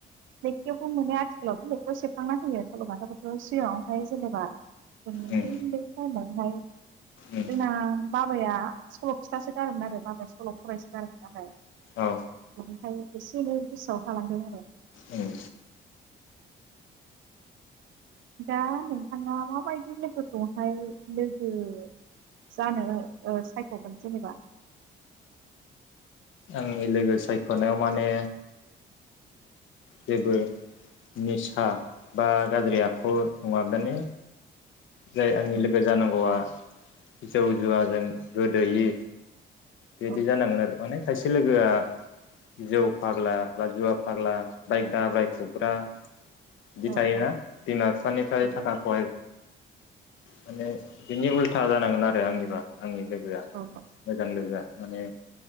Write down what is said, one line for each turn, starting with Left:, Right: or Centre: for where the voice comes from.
Right: लेखायावबो मोनो आथिखालावबो लेखायाव सेबखांना होयो सल'बाथाफोरखौ सिगाङावहाय जेनेबा जों उन्दै
Left: उम
Right: उन्दै टाइमावहाय जोंना
Left: उम
Right: बाबाया सल' खिथासो गारोमोन आरो बाबाया सल फरायसो गारोमोन नालाय।
Left: औ
Right: ओमफ्राय एसे एनै गोसोआव थालांदों आरो।
Left: उम
Right: दा नोंथाङा माबायदि लोगोखौहाय लोगो जानो ओ सायख'गोन जेनेबा।
Left: आंनि लोगो सायख'नायाव माने जेबो निसा बा गाज्रि आखु नङाबानो जाय आंनि
Right: औ
Left: लोगो जानांगौआ। जौ जुवाजों गोदोयि। बिदि
Right: औ
Left: जानांगोन आरो माने। खायसे लोगोआ जौ फाग्ला बा जुवा फाग्ला। बाय दाब्राय खुबग्रा बिदि
Right: औ
Left: थायोना
Right: औ
Left: बिमा बिफानिफ्राय
Right: औ
Left: थाखा <unintelligible> माने बिनि उल्था जानांगोन आरो आंनिबा आंनि लोगोआ
Right: औ औ
Left: मोजां लोगोआ माने